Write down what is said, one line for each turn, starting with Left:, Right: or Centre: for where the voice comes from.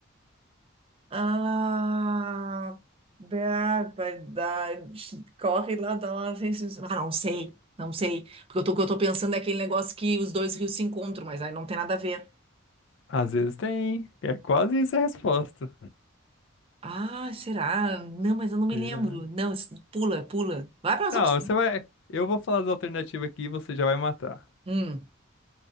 Right: Ah, barbaridade. Corre lá da lá. vem se- Ah, não sei, não sei. Porque eu tô, o que eu tô pensando é aquele negócio que os dois rios se encontram, mas aí não tem nada a ver.
Left: Às vezes tem. É quase isso a resposta.
Right: Ah, será? Não, mas eu não me
Left: Será?
Right: lembro. Não, es- pula, pula. Vai para as
Left: Não,
Right: opções.
Left: você vai. Eu vou falar da alternativa aqui e você já vai matar.
Right: Hum.